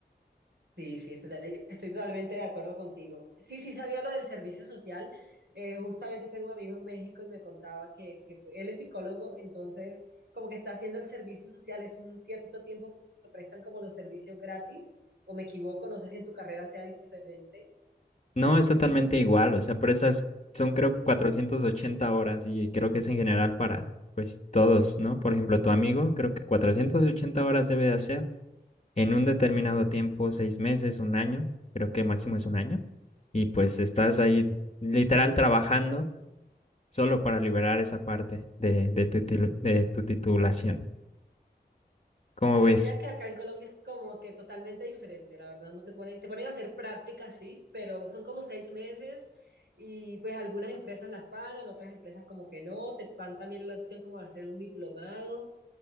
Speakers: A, on the right; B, on the left.
A: Sí, sí, estoy, estoy totalmente de acuerdo contigo. Sí, sí, sabía lo del servicio social. Eh, justamente tengo un amigo en México y me contaba que, que él es psicólogo, entonces como que está haciendo el servicio social, es un cierto tiempo que prestan como los servicios gratis, o me equivoco, no sé si en tu carrera sea diferente.
B: No, es totalmente igual, o sea, por esas son creo 480 horas y creo que es en general para pues todos, ¿no? Por ejemplo, tu amigo, creo que 480 horas debe de hacer en un determinado tiempo, seis meses, un año, creo que el máximo es un año, y pues estás ahí literal trabajando solo para liberar esa parte de, de tu, tilu- de tu titulación. ¿Cómo
A: Pero
B: ves?
A: mira que acá en Colombia es como que totalmente diferente, la verdad, no te ponen, te ponen a hacer prácticas, sí, pero son como seis meses y pues algunas empresas las pagan, otras empresas como que no, te dan también la opción como de hacer un diplomado,